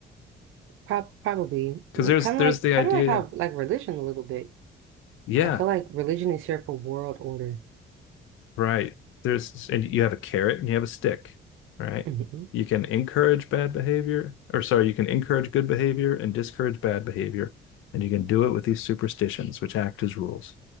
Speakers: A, on the right; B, on the left.
A: prob probably
B: Because there's
A: kind
B: there's
A: of like
B: the
A: kind
B: idea,
A: of like how like religion a little bit.
B: yeah,
A: I feel like religion is here for world order.
B: right. There's and you have a carrot and you have a stick, right?
A: hmm
B: You can encourage bad behavior, or sorry, you can encourage good behavior and discourage bad behavior, and you can do it with these superstitions, which act as rules.